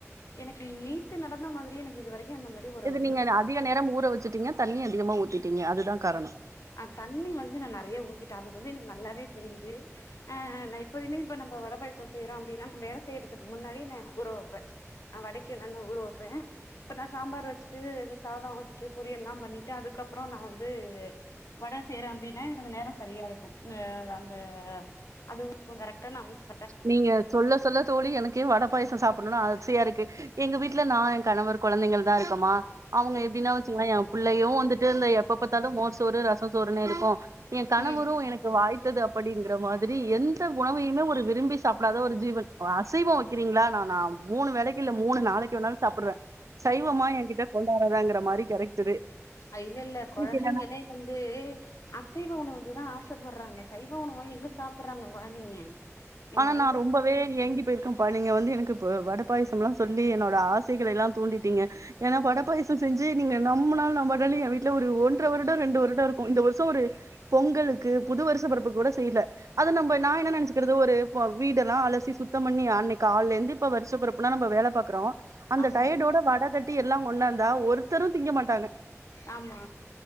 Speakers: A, on the left; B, on the right.
A: எனக்கு நேத்து நடந்த மாதிரி எனக்கு இதுவரைக்கு அந்த மாரி ஒரு
B: இது
A: ஒரு
B: நீங்க அத அதிக நேரம் ஊற வச்சுட்டீங்கா தண்ணி அதிகமா ஊத்திட்டீங்க அதுதா காரணோ
A: அ தண்ணி வந்து நா நெறைய ஊத்திட்டே அது வந்து எனக்கு நல்லாவே தெரியுது ஆ நா எப்போதுமே இப்ப நம்ப வட பாயாசோ செய்றோ அப்டின்னா நம்ப வேல செய்யறதுக்கு முன்னாடிே நா ஊறவப்பே ஆ வடைக்கு என்னான்னு நா ஊற வப்பே இப்போ நா சாம்பார் வச்சுட்டு சாதோ வச்சிட்டு பொரியல்லா பண்ணிட்டு அதுக்கப்பறோ நா வந்து வடை செய்றே அப்டின்னா எனக்கு அந்த நேரம் சரியா இருக்கு ந்த அந்த அதுவு <inaudible> இப்போ கரெக்டான அவுன்ஸ்
B: நீங்க சொல்ல சொல்ல தோழி எனக்கே வட பாயாசோ சாப்டணுனு ஆசையா இருக்கு எங்க வீட்டுல நா என் கணவர் கொழந்தைங்கள்தா இருக்கோமா அவங்க
A: ம்
B: எப்டின்னா வச்சுங்களே எ புள்ளையு வந்துட்டு இருந்த எப்ப பாத்தாலு மோர் சோறு ரசொ சோறுன்னு இருக்கு எ கணவரு
A: ம்
B: எனக்கு வாய்த்தது அப்டிங்கற மாதிரி எந்த உணவையுமே ஒரு விரும்பி சாப்டாத ஒரு ஜீவன் அ அசைவோ வைக்கிறீங்களா நா நா மூணு வேளைக்கு இல்ல மூணு நாளைக்கு வேணாலு சாப்புடுவே சைவமா எங்கிட்ட கொண்டு வராதாங்குற மாரி கேரக்டரு
A: அ இல்லல்ல கொழந்தைங்களே
B: எனக்கு
A: வந்து அசைவ உணவுக்கு தா ஆசப்படுறாங்க சைவ உணவா எங்க சாப்புடுறாங்க கொழந்தைங்க நீங்க
B: ஆ
A: வந்து
B: நா ரொம்பவே ஏங்கி போயிருக் அப்பா நீங்க வந்து எனக்கு இப்ப வட பாயசம்லா சொல்லி என்னோட ஆசைகள எல்லா தூண்டிடீங்க ஏனா வட பாயசோ செஞ்சு நீங்க நம்புனாலு நம்பாட்டினாலு என் வீட்ல ஒரு ஒன்ற வருடோ ரெண்டு வருடோ இருக்கு இந்த வருஷோ ஒரு பொங்கலுக்கு புது வருச பிறப்பு கூட செய்யல அத நம்ப நா என்ன நெனைச்சிக்கிறது ஒரு இப்ப வீடெல்லா அலசி சுத்தம் பண்ணி அன்னைக்கு காலைருந்து இப்போ வருச பொறப்புனா நம்ப வேலை பாக்குறோ அந்த
A: ஆமா
B: டயடோட வட தட்டி எல்லா கொண்டாந்தா ஒருத்தரு திங்க மாட்டாங்க
A: ஆமா